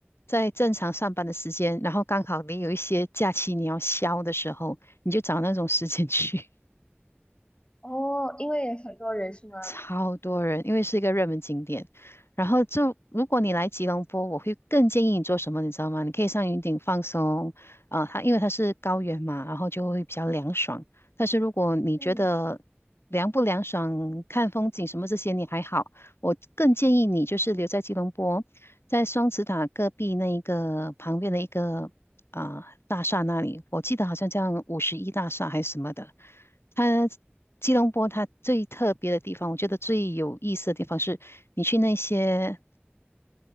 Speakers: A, on the left; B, on the left.
A: 在正常上班的时间，然后刚好你有一些假期你要消的时候，你就找那种时间去。
B: 哦，因为很多人是吗？
A: 超多人，因为是一个热门景点。然后就如果你来吉隆坡，我会更建议你做什么，你知道吗？你可以上云顶放松，啊、它因为它是高原嘛，然后就会比较凉爽。但是如果你觉得凉不凉爽、
B: 嗯
A: 看风景什么这些你还好，我更建议你就是留在吉隆坡，在双子塔隔壁那一个旁边的一个啊、大厦那里，我记得好像叫五十一大厦还是什么的。它吉隆坡它最特别的地方，我觉得最有意思的地方是，你去那些